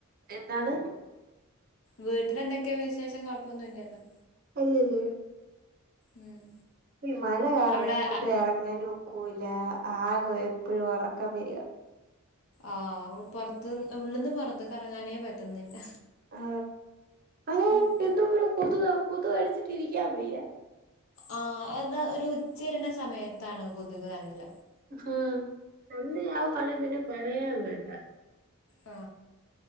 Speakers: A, on the right; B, on the left.
A: എന്താണ്
B: വീട്ടിലന്തൊക്കെ വിശേഷം കുഴപ്പൊന്നുല്ലല്ലോ
A: അല്ലല്ല
B: ഉം
A: ഈ മഴ കാരണം
B: അവിടെ
A: ഇങ്ങോട്ട് ഇറങ്ങാനും ക്കുല ആകെ എപ്പോഴും ഉറക്കം വരാ
B: ആ പുറത്ത് ഉള്ളിൽന്ന് പുറത്ത കറങ്ങാനേ പറ്റുന്നില്ല
A: ആ അത
B: ഉം
A: എന്തോ ഒരു കൊതു കൊതു അടിച്ചിട്ട് ഇരിക്കാ വയ്യ
B: ആ എന്താ ഒരു ഉച്ചരിണ സമയത്താണ് കൊതുക് നല്ല
A: ആ അന്ന് <unintelligible> പിന്നെ പറയാ വേണ്ട
B: ആ